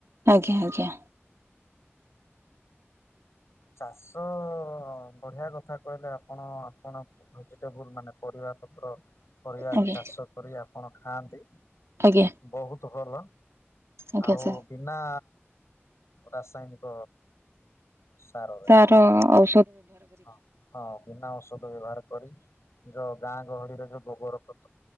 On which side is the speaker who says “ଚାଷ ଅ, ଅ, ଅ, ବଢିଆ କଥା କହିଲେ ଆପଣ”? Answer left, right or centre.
Left